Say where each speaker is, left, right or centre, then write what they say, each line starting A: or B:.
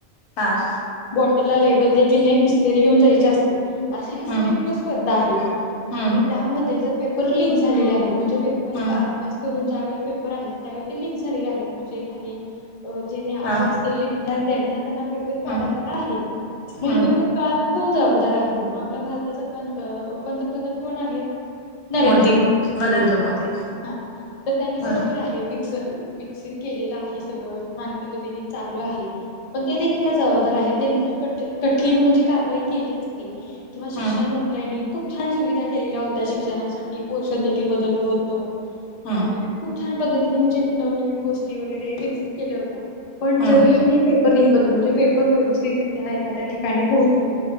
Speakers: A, on the left (about 80°); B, on the left (about 55°).
A: हाआ
B: बॉटर ला लेबल देखील नाही बिसलेरी घेऊन जायची असते. अशी ही स्ट्रिक्ट
A: हम्म
B: स्पर्धा आहे.
A: हम्म
B: आणि त्यामध्ये जर पेपर लीक झालेले आहेत म्हणजे, पेपर
A: हम्म
B: आ अभ्यास करून ज्यावेळी पेपर आहेत त्यावेळी लीक झालेल आहेत म्हणजे काही अ जेने अभ्यास
A: हा
B: केलेले विध्यार्थी आहेत ना त्यांना पेपर कळालेला
A: हम्म
B: आहे म्हणजे
A: हम्म
B: कळाला कोण जबाबदार आहे? मग आपला भारताचा प पंतप्रधान कोण आहेत? नरेंद्र
A: मोदी
B: म,
A: नरेंद्र
B: हं,
A: मोदी
B: हा तर त्यांनी
A: हा
B: बरोबर आहे बि जर विकसित केलेलं आहे सगळ, छान पद्धतीने चाल्ल आहे, पण ते देखील ते जबाबदार आहेत त्यांनी जर कठ कठीण म्हणजे कारवाई केली असती किंवा शिक्षण
A: हम्म
B: मंत्र्यांनी खूप छान सुविधा केलेल्या होत्या शिक्षणासाठी. पोर्शन देखील बदललं होतं
A: हम्म
B: आणि खूप छान पद्धतीने म्हणजे, नव नवीन गोष्टी वगेरे विकसित केल्या होत्या पण
A: हम्म
B: जरी त्यांनी पण लिंकबद्दल म्हणजे पेपर व्यवस्थितरित्या आहे का त्या ठिकाणी पोहचू